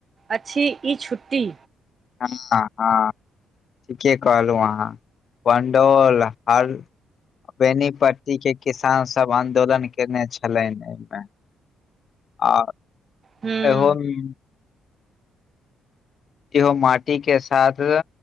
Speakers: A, on the right; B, on the left.
A: अछि ई छुट्टी
B: हँ हँ ठीके कहलहुँ अहाँ पंडौल हर बेनीपट्टी के किसान सब आन्दोलन केने छलैन अइमे आ
A: हूँ
B: हमी इहो माटी के साथ